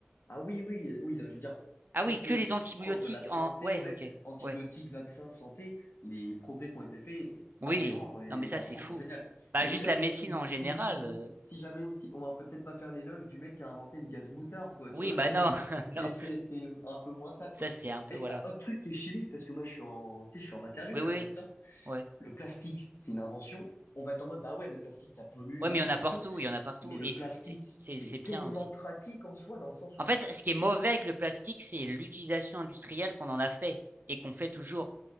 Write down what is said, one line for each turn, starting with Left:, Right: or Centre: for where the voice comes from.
Left: Ah oui, oui, euh, oui. non, mais je veux dire,
Right: Ah oui,
Left: tout ce
Right: que
Left: qui est
Right: les antibiotiques
Left: proche de la santé,
Right: en, ouais,
Left: ouais,
Right: ok,
Left: antibiotiques,
Right: ouais.
Left: vaccins, santé, les progrès qui ont été faits, c'est
Right: Oui,
Left: aberrant. Genre, les,
Right: non, mais
Left: les
Right: ça,
Left: inventions
Right: c'est fou.
Left: sont géniales.
Right: Bah,
Left: Mais
Right: juste
Left: oui, après,
Right: la médecine
Left: si,
Right: en général.
Left: si, si, si,
Right: euh,
Left: si jamais, si, on va peut-être pas faire l'éloge du mec qui a inventé le gaz moutarde, quoi.
Right: Oui,
Left: Tu vois,
Right: bah
Left: <laughs> c'est,
Right: non, <laughs>
Left: c'est,
Right: non,
Left: c'est, c'est un peu moins ça, quoi.
Right: ça c'est un peu,
Left: Et
Right: voilà.
Left: ah, autre truc qui est chimique, parce que moi, je suis en, tu sais, je suis en matériaux
Right: Oui,
Left: là,
Right: oui, oui,
Left: à l'INSA.
Right: ouais.
Left: le plastique, c'est une invention. On va être en mode, bah ouais, mais le plastique, ça pollue,
Right: Ouais,
Left: machin
Right: mais il y en a
Left: et
Right: partout,
Left: tout.
Right: il y en a partout,
Left: Mais le
Right: et
Left: plastique,
Right: c'est c'est- c'est-
Left: c'est
Right: c'est bien
Left: tellement
Right: aussi.
Left: pratique en soi, dans le sens
Right: En
Left: où,
Right: fait, ce qui est mauvais avec le plastique, c'est l'utilisation industrielle qu'on en a fait, et qu'on fait toujours.